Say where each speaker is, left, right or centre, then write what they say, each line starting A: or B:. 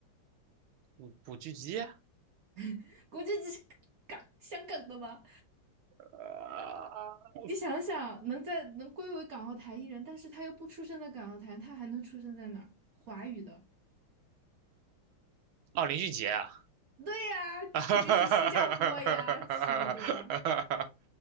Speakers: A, on the right (about 80°); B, on the right (about 55°).
A: 古古巨基
B: <laughs> 国际级是港香港的吗？
A: 呃，
B: 你想想，能在能归为港澳台艺人，但是他又不出生在港澳台，他还能出生在哪儿？华语的，
A: 哦，林俊杰，<laughs>
B: 对呀、
A: 哈哈哈
B: 肯定是新加坡呀，什么对吧？